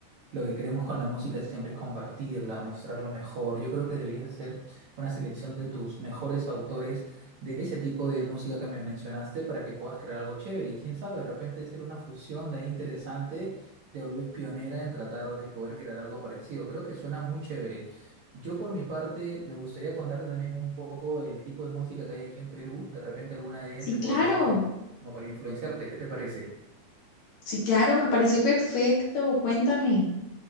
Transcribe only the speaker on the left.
Sí,
claro,
sí, claro, me parece perfecto. Cuéntame.